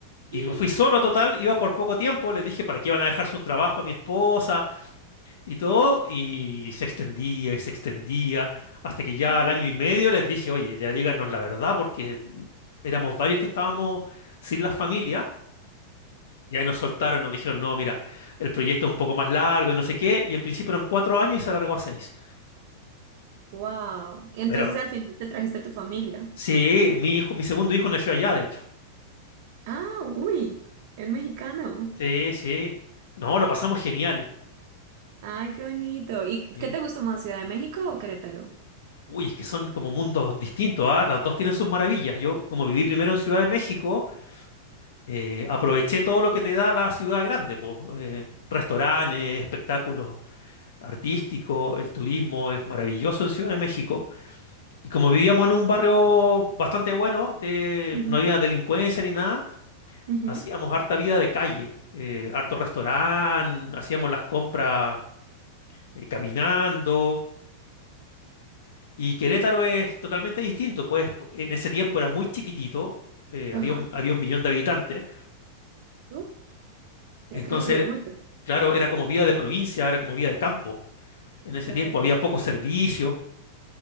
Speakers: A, on the right; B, on the left.
A: <gasps>
B: y me fui solo total, iba por poco tiempo, les dije para qué iban a dejar su trabajo a mi esposa y todo, y se extendía y se extendía, hasta que ya
A: <laughs>
B: al año y medio les dije, oye, ya díganos la verdad, porque éramos varios que estábamos sin las familias, y ahí nos soltaron, nos dijeron, no, mira, el proyecto es un poco más largo y no sé qué, y en principio eran cuatro años y se alargó a seis.
A: Wow. Entonces
B: Pero
A: al final te trajiste a tu familia.
B: Sí, mi hijo, mi segundo hijo nació allá, de hecho.
A: Ah, uy, es mexicano.
B: Sí, sí. No, lo pasamos genial.
A: Ay, qué bonito. ¿Y qué
B: Sí.
A: te gustó más, Ciudad de México o Querétaro?
B: Uy, es que son como mundos distintos, ¿ah? Las dos tienen sus maravillas. Yo, como viví primero en Ciudad de México, eh, aproveché todo lo que te da la ciudad grande, pues, eh, restaurantes, espectáculos artísticos, el turismo es maravilloso en Ciudad de México. Y como vivíamos en un barrio bastante bueno, de,
A: Ujú,
B: no había delincuencia ni nada,
A: ujú.
B: hacíamos harta vida de calle, eh, harto restaurante, hacíamos las compras. eh, caminando. Y Querétaro es totalmente distinto, pues en ese tiempo era muy chiquitito, eh,
A: Ajá.
B: había un, había un millón de habitantes,
A: Uf, ya
B: entonces,
A: ha crecido mucho.
B: claro, era como vida de provincia, era como vida de campo. En ese
A: Claro.
B: tiempo había pocos servicios,